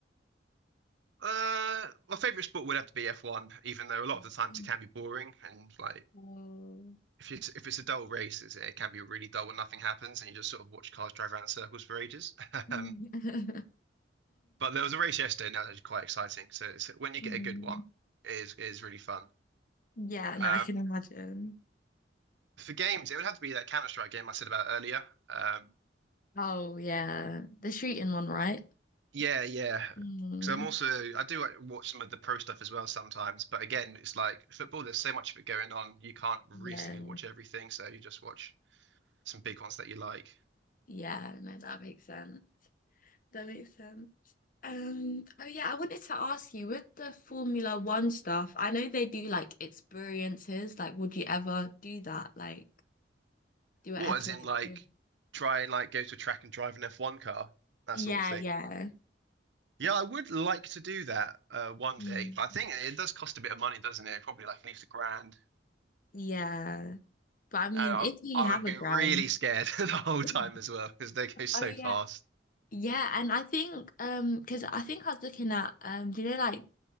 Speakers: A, on the right; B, on the left.
A: Uh, my favorite sport would have to be F1, even though a lot
B: Yeah.
A: of the times it can be boring and like
B: Oh.
A: if it's if it's a dull race, it's, it can be really dull when nothing happens and you just sort of watch cars drive around in circles for ages. <laughs>
B: <laughs>
A: Um, but there was a race yesterday, now that's quite exciting. So it's, when you
B: Mm.
A: get a good one, it is it is really fun.
B: Yeah, no,
A: Um,
B: I can imagine.
A: for games, it would have to be that Counter-Strike game I said about earlier. Um,
B: Oh yeah, the shooting one, right?
A: Yeah, yeah.
B: Mm.
A: Because I'm also I do like, watch some of the pro stuff as well sometimes, but again, it's like football. There's so much of it going on. You can't realistically
B: Yeah.
A: watch everything, so you just watch some big ones that you like.
B: Yeah, no, that makes sense. That makes sense. Um, oh yeah, I wanted to ask you with the Formula One stuff, I know they do like experiences. Like, would you ever do that? Like, do an
A: What,
B: F1
A: as in
B: experience?
A: like try and like go to a track and drive an F1 car, that
B: Yeah,
A: sort of thing.
B: yeah.
A: Yeah, I would like to do that uh, one
B: Mm.
A: day, but I think it does cost a bit of money, doesn't it? Probably like at least a grand.
B: Yeah. But I mean,
A: And I,
B: if you
A: I
B: have
A: would
B: a
A: be
B: grand.
A: really scared <laughs> the whole time
B: <laughs>
A: as well because they go so
B: Oh yeah.
A: fast.
B: Yeah, and I think um because I think I was looking at um do you know like